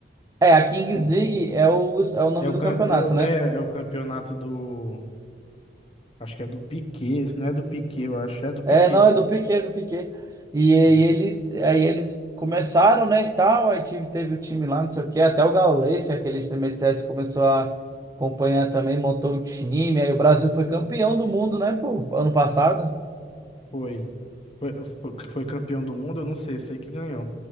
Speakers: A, on the right; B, on the left.
A: É, a Kings
B: que
A: League é o, é o nome
B: É o,
A: do
B: ca-
A: campeonato,
B: é, o-
A: né?
B: é, é o campeonato do. Acho que é do Piquet. Não é do Piquet, eu acho. É do Piquet.
A: É, não, é do Piquet, do Piquet. E aí
B: É.
A: eles, aí eles começaram, né, e tal, aí tive, teve o time lá, não sei o quê, até o Gaules, que é aquele streamer de CS, começou a acompanhar também, montou o time, aí o Brasil foi campeão do mundo, né, pô, ano passado.
B: Foi. Foi, foi, foi campeão do mundo, eu não sei, sei que ganhou.